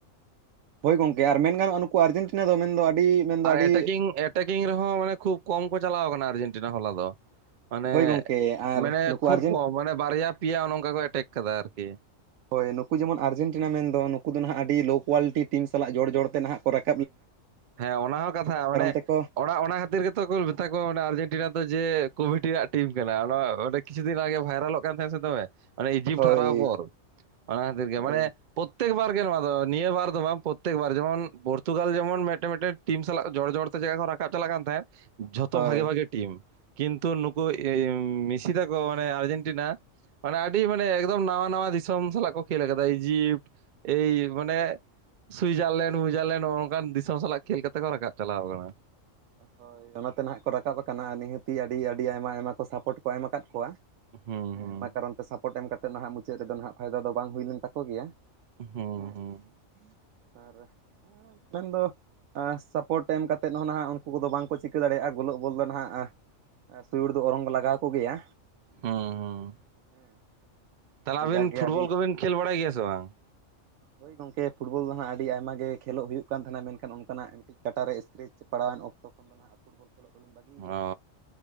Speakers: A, on the right; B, on the right.
A: ᱦᱳᱭ ᱜᱚᱝᱠᱮ ᱟᱨ ᱢᱮᱱ ᱜᱟᱱᱚᱜᱼᱟ ᱱᱩᱠᱩ ᱟᱨᱡᱮᱱᱴᱤᱱᱟ ᱫᱚ ᱢᱮᱱᱫᱚ ᱟᱹᱰᱤ᱾ ᱢᱮᱱᱫᱚ
B: ᱟᱨ
A: ᱟᱹᱰᱤ
B: ᱮᱴᱮᱠᱤᱝ ᱮᱴᱮᱠᱤᱝ ᱨᱮᱦᱚᱸ ᱢᱟᱱᱮ ᱠᱷᱩᱵ ᱠᱚᱢ ᱠᱚ ᱪᱟᱞᱟᱣ ᱟᱠᱟᱱᱟ ᱟᱨᱡᱮᱱᱴᱤᱱᱟ ᱦᱚᱞᱟ ᱫᱚ᱾ ᱢᱟᱱᱮ
A: ᱦᱳᱭ ᱜᱚᱝᱠᱮ ᱟᱨ
B: ᱢᱟᱱᱮ
A: ᱱᱩᱠᱩ
B: ᱠᱷᱩᱵ
A: ᱟᱨᱡᱮᱱᱴᱤᱱᱟ
B: ᱠᱚᱢ ᱢᱟᱱᱮ ᱵᱟᱨᱭᱟ ᱯᱮᱭᱟ ᱚᱱᱼᱚᱱᱠᱟ ᱠᱚ ᱮᱴᱮᱠ ᱟᱠᱟᱫᱟ ᱟᱨᱠᱤ᱾
A: ᱦᱳᱭ ᱱᱩᱠᱩ ᱡᱮᱢᱚᱱ ᱟᱨᱡᱮᱱᱴᱤᱱᱟ ᱢᱮᱱ ᱫᱚ ᱱᱩᱠᱩ ᱫᱚ ᱱᱟᱦᱟᱜ ᱟᱹᱰᱤ ᱞᱳ ᱠᱳᱣᱟᱞᱤᱴᱤ ᱴᱤᱢ ᱥᱟᱞᱟᱜ ᱡᱚᱲ ᱡᱚᱲ ᱛᱮ ᱱᱟᱦᱟᱜ ᱠᱚ ᱨᱟᱠᱟᱵᱼᱼ
B: ᱦᱮᱸ ᱚᱱᱟ ᱦᱚᱸ ᱠᱟᱛᱷᱟ ᱢᱟᱱᱮ
A: ᱛᱮᱠᱚ
B: ᱚᱱᱟ ᱚᱱᱟ ᱠᱷᱟᱹᱛᱤᱨ ᱜᱮᱛᱚᱼᱼ ᱠᱟᱛᱷᱟ ᱠᱚ ᱢᱮᱱ ᱟᱨᱡᱮᱱᱴᱤᱱᱟ ᱫᱚ ᱡᱮ ᱠᱚᱢᱤᱴᱤ ᱨᱮᱭᱟᱜ ᱴᱤᱢ ᱠᱟᱱᱟ ᱚᱸᱰᱮ ᱠᱤᱪᱷᱩ ᱫᱤᱱ ᱟᱜᱮ ᱵᱷᱟᱭᱨᱟᱞᱚᱜ ᱠᱟᱱ ᱛᱟᱦᱮᱸ ᱥᱮ ᱫᱚᱢᱮ᱾ ᱢᱟᱱᱮ ᱤᱡᱤᱯᱴ
A: ᱦᱳᱭ
B: ᱦᱟᱨᱟᱣ ᱯᱚᱨ ᱚᱱᱟ ᱠᱷᱟᱹᱛᱤᱨ ᱜᱮ
A: ᱦᱳᱭ
B: ᱢᱟᱱᱮᱼᱼ ᱯᱨᱚᱛᱮᱠ ᱵᱟᱨ ᱜᱮ ᱱᱚᱣᱟ ᱫᱚ ᱱᱤᱭᱟᱹ ᱵᱟᱨ ᱫᱚ ᱵᱟᱝ ᱯᱨᱚᱛᱮᱠ ᱵᱟᱨ ᱡᱮᱢᱚᱱᱼᱼ ᱯᱩᱨᱛᱩᱜᱟᱞ ᱡᱮᱢᱚᱱ ᱢᱤᱫᱴᱮᱱ ᱢᱤᱫᱴᱮᱱ ᱴᱤᱢ ᱥᱟᱞᱟᱜ ᱡᱚᱲ ᱡᱚᱲ ᱛᱮ ᱡᱟᱭᱜᱟ ᱠᱷᱚᱱ ᱨᱟᱠᱟᱵ ᱪᱟᱞᱟᱜ ᱠᱟᱱ ᱛᱟᱦᱮᱸᱫ ᱡᱷᱚᱛᱚ
A: ᱦᱳᱭ
B: ᱵᱷᱟᱜᱤ ᱵᱷᱟᱜᱤᱼᱼ ᱠᱤᱱᱛᱩ ᱱᱩᱠᱩ ᱢᱤᱥᱨᱟ ᱠᱚ ᱢᱟᱱᱮ ᱟᱡᱮᱱᱴᱤᱱᱟᱼᱼ ᱢᱟᱱᱮ ᱟᱹᱰᱤ ᱢᱟᱱᱮ ᱮᱠᱫᱚᱢ ᱱᱟᱣᱟ ᱱᱟᱣᱟ ᱫᱤᱥᱚᱢ ᱥᱟᱞᱟᱜ ᱠᱚ ᱠᱷᱮᱞ ᱠᱟᱫᱟ ᱤᱡᱤᱯᱴ ᱮ ᱢᱟᱱᱮ ᱥᱩᱭᱡᱟᱨᱞᱮᱸᱰ ᱢᱩᱡᱟᱨᱞᱮᱱᱰ ᱱᱚᱜᱼᱱᱚᱝ ᱠᱟᱱ ᱫᱤᱥᱚᱢ ᱥᱟᱞᱟᱜ ᱠᱷᱮᱞ ᱠᱟᱛᱮ ᱠᱚ ᱨᱟᱠᱟᱵ ᱪᱟᱞᱟᱣ ᱟᱠᱟᱱᱟ᱾
A: ᱦᱳᱭ ᱚᱱᱟᱛᱮ ᱱᱟᱦᱟᱜ ᱠᱚ ᱨᱟᱠᱟᱵ ᱟᱠᱟᱱᱟ ᱱᱤᱦᱟᱹᱛᱤ ᱟᱹᱰᱤ ᱟᱹᱰᱤ ᱟᱭᱢᱟ ᱟᱭᱢᱟ ᱠᱚ ᱥᱟᱯᱚᱴ ᱠᱚ ᱮᱢ ᱟᱠᱟᱫ ᱠᱚᱣᱟ᱾
B: ᱦᱩᱸ ᱦᱩᱸ
A: ᱦᱮᱸ ᱚᱱᱟ ᱠᱟᱨᱚᱱ ᱛᱮ ᱥᱟᱯᱳᱨᱴ ᱮᱢ ᱠᱟᱛᱮᱫ ᱱᱟᱦᱟᱜ ᱢᱩᱪᱟᱹᱫ ᱨᱮᱫᱚ ᱦᱟᱸᱜ ᱯᱷᱟᱭᱫᱟ ᱫᱚ ᱵᱟᱝ ᱦᱩᱭ ᱞᱮᱱ ᱛᱟᱠᱚ ᱜᱮᱭᱟ᱾
B: ᱦᱩᱸ
A: ᱦᱮᱸᱼᱼ
B: ᱦᱩᱸ
A: ᱟᱨ ᱢᱮᱱᱫᱚ ᱥᱟᱯᱳᱨᱴ ᱮᱢ ᱠᱟᱛᱮᱫ ᱦᱚᱸ ᱱᱟᱦᱟᱜᱼᱼ ᱩᱱᱠᱩ ᱠᱚᱫᱚ ᱵᱟᱝᱠᱚ ᱪᱤᱠᱟᱹ ᱫᱟᱲᱮᱭᱟᱜᱼᱟ ᱜᱚᱞᱚᱜ ᱵᱚᱞ ᱫᱚ ᱱᱟᱦᱟᱜ ᱥᱩᱭᱩᱲ ᱫᱚ ᱚᱨᱚᱝ ᱞᱟᱜᱟᱣ ᱟᱠᱚ ᱜᱮᱭᱟ᱾
B: ᱦᱮᱸ ᱦᱮᱸ
A: ᱦᱮᱸ
B: ᱛᱟᱦᱚᱞᱮ
A: ᱟᱫᱚ
B: ᱟᱵᱤᱱ
A: ᱡᱟᱜᱮ
B: ᱯᱷᱩᱴᱵᱚᱞ
A: ᱟᱹᱰᱤ
B: ᱠᱚᱵᱤᱱ ᱠᱷᱮᱞ ᱵᱟᱲᱟᱭ ᱜᱮᱭᱟ ᱥᱮ ᱵᱟᱝ?
A: ᱦᱳᱭ ᱜᱚᱢᱠᱮ ᱯᱷᱩᱴᱵᱚᱞ ᱫᱚ ᱱᱟᱦᱟᱜ ᱟᱹᱰᱤ ᱟᱭᱢᱟ ᱜᱮ ᱠᱷᱮᱞᱚᱜ ᱦᱩᱭᱩᱜ ᱠᱟᱱ ᱛᱟᱦᱮᱱᱟ ᱢᱮᱱᱠᱷᱟᱱ ᱚᱱᱠᱟᱱᱟᱜᱼᱼ ᱠᱟᱹᱴᱤᱡ ᱠᱟᱴᱟ ᱨᱮ ᱤᱥᱠᱨᱮᱪ ᱯᱟᱲᱟᱣᱮᱱ ᱚᱠᱛᱚ ᱠᱷᱚᱱ ᱫᱚ ᱦᱟᱸᱜ ᱯᱷᱩᱴᱵᱚᱞ ᱠᱷᱮᱞᱳᱜ ᱫᱚᱞᱤᱧ ᱵᱟᱹᱜᱤᱭ ᱟᱠᱟᱫᱟ᱾
B: ᱚ